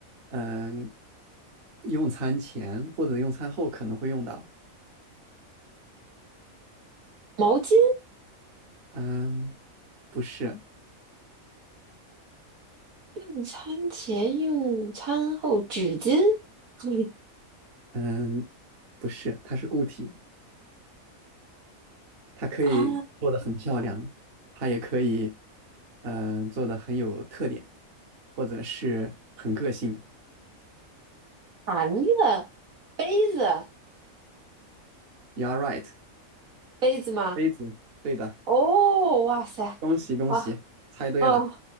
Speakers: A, on the right; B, on the right.
A: 嗯，用餐前或者用餐后可能会用到。
B: 毛巾？
A: 嗯，不是，
B: 用餐前、用餐后纸巾？<laughs> 嗯
A: 嗯，不是，它是固体，它可以做的很漂亮，
B: 啊，
A: 它也可以，嗯，做的很有特点，或者是很个性。
B: 盘子、杯子、
A: You're a right，
B: 杯子吗？
A: 杯子，对的，
B: 哦，哇塞，
A: 恭喜恭喜，
B: 哇，
A: 猜对了，
B: 哦